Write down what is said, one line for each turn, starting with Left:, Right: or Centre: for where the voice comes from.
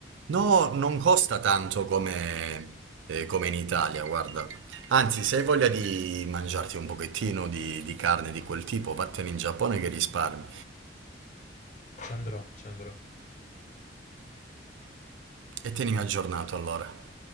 Right: No, non costa tanto come, eh, come in Italia, guarda. Anzi, se hai voglia di mangiarti un pochettino di, di carne di quel tipo, vattene in Giappone che risparmi.
Left: Ci andrò, ci andrò.
Right: E tienimi aggiornato allora.